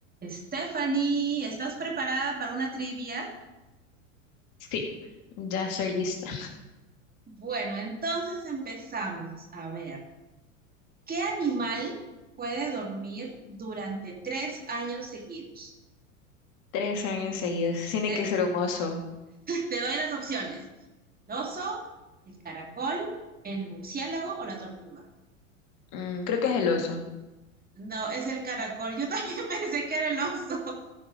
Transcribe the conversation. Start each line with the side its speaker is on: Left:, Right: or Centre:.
Right: Stephanie, ¿estás preparada para una trivia?
Left: Sí, ya estoy lista.
Right: Bueno, entonces empezamos. A ver, ¿qué animal puede dormir durante tres años seguidos?
Left: Tres años seguidos. Tiene
Right: Eh,
Left: que ser un oso.
Right: te doy las opciones. ¿El oso, el caracol, el murciélago o la tortuga?
Left: Mm, creo que es el oso.
Right: No, es el caracol. Yo también <laughs> pensé que era el oso.